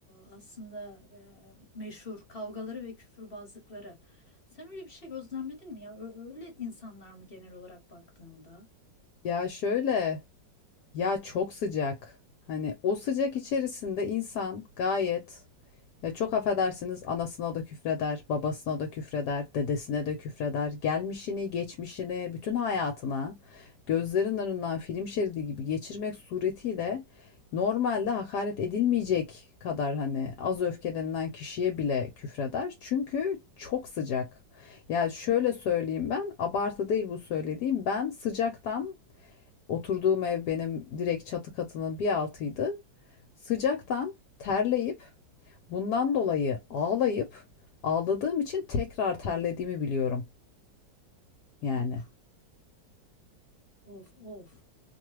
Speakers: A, on the left (about 35°); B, on the left (about 70°).
A: aslında e, meşhur kavgaları ve küfürbazlıkları. Sen öyle bir şey gözlemledin mi ya? Ö- Öyle insanlar mı genel olarak baktığında?
B: Ya şöyle Ya çok sıcak. Hani o sıcak içerisinde insan gayet ya çok affedersiniz anasına da küfreder, babasına da küfreder, dedesine de küfreder. Gelmişini, geçmişini, bütün hayatına gözlerin önünden film şeridi gibi geçirmek suretiyle normalde hakaret edilmeyecek kadar hani az öfkelenilen kişiye bile küfreder. Çünkü çok sıcak. Ya şöyle söyleyeyim ben, abartı değil bu söylediğim. Ben sıcaktan Oturduğum ev benim direkt çatı katının bir altıydı. Sıcaktan terleyip bundan dolayı ağlayıp ağladığım için tekrar terlediğimi biliyorum yani.
A: Of, of, of.